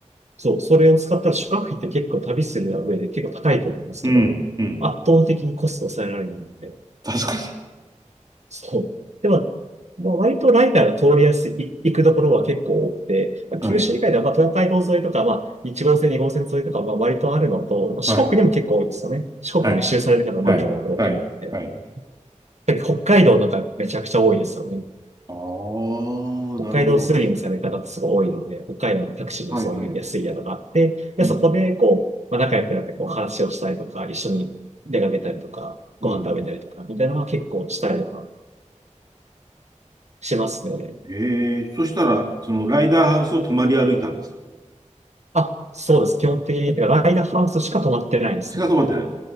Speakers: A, on the right; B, on the right.
A: そう、それを使ったら宿泊費って結構旅する上で結構高いと思うんですけど、
B: うん、うん。
A: 圧倒的にコストを抑えられるんで、
B: 確かに。
A: そう。でも、まあ割とライダーが通りやすい、行くところは結構多くて、まあ九州以外では、
B: はい。
A: まあ、東海道沿いとか、まあ、1号線、2号線沿いとか、まあ、割とあるのと、まあ四国にも結構多いですよね。
B: はい、
A: 四国も一周される方も多いと思うので、
B: はい、はい、はい、
A: えー
B: はい。
A: 北海道とかめちゃくちゃ多いですよね。
B: ああ、
A: 北海道スーリングされる方ってすごい多いので、
B: なるほど。
A: 北海道のタクシーでそういう安い宿があって、
B: はいはい。
A: で、
B: うん、
A: そこで、こう、まあ、仲良くなってこう話をしたりとか、一緒に出かけたりとか、ご飯食べたりとか、
B: うん。
A: みたいなのは結構したりとかしますね。
B: ええそしたら、そのライダーハウスを泊まり歩いたんですか
A: あ、そうです。基本的に、ライダーハウスしか泊まってないですね。
B: しか泊まってない。